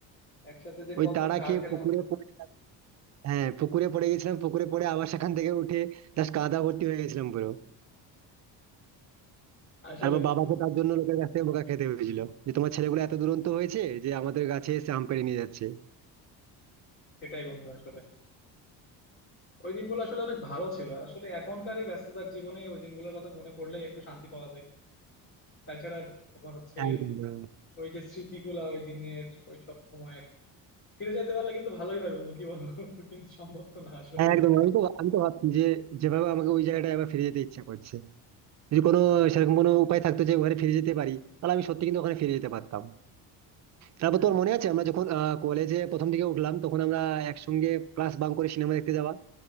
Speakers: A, on the left; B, on the right.
A: একসাথে যে
B: ওই
A: কত
B: তাড়া
A: ঝাড়
B: খেয়ে
A: খেলাম
B: পুকুরে পড়ে হ্যাঁ পুকুরে পড়ে গেছিলাম পুকুরে পড়ে আবার সেখান থেকে উঠে জাস্ট কাদা ভর্তি হয়ে গেছিলাম পুরো
A: আসলেই
B: তারপর
A: বন্ধু
B: বাবাকে তার জন্য লোকের কাছ থেকে বোকা খেতে হয়েছিল যে তোমার ছেলেগুলো এত দুরন্ত হয়েছে যে আমাদের গাছে এসে আম পেড়ে নিয়ে যাচ্ছে
A: সেটাই বন্ধু আসলে ওই দিনগুলো আসলে অনেক ভালো ছিল আসলে এখনকার এই ব্যস্ততার জীবনে ওই দিনগুলোর কথা মনে পড়লেই একটু শান্তি পাওয়া যায় তাছাড়া আর তোমার হচ্ছে
B: একদম
A: ওই যে স্মৃতিগুলা ওই দিনের ওই সব সময়ের ফিরে যাইতে পারলে কিন্তু ভালোই হয় বন্ধু কি বলবো <laughs> কিন্তু সম্ভব তো না আসলে
B: হ্যাঁ একদম আমি তো আমি তো ভাবছি যে যেভাবে আমাকে ওই জায়গাটায় আবার ফিরে যেতে ইচ্ছা করছে যদি কোনো সেরকম কোনো উপায় থাকতো যে ওখানে ফিরে যেতে পারি তাহলে আমি সত্যি কিন্তু ওখানে ফিরে যেতে পারতাম তারপর তোর মনে আছে আমরা যখন কলেজে প্রথম দিকে উঠলাম তখন আমরা একসঙ্গে ক্লাস বাং করে সিনেমা দেখতে যাওয়া